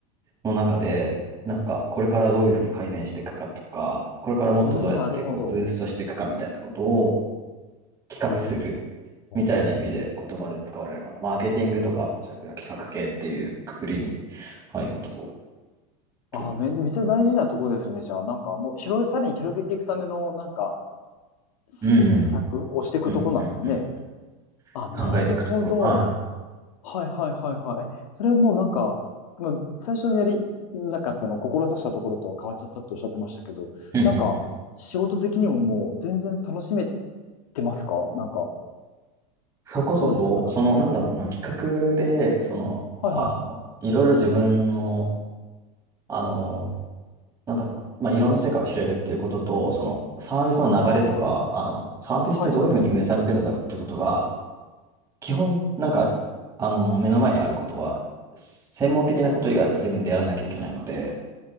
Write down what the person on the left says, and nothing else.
うん、なるほど。
お
ー。
あーめ、めっちゃ大事なとこですね。じゃあ、なんかもう広げ、さらに広げていくための、なんか、施策をしていくとこなんですかね。
あ、なるほど。
はいはいはいはい。え、それはもうなんか、まあ、最初のやり、なんかその、志したところとは変わっちゃったっておっしゃってましたけど、
なんか、仕事的にももう全然楽しめてますかなんか、
どうですなんかその、
はいはい。
ああ、
は
いはいはい。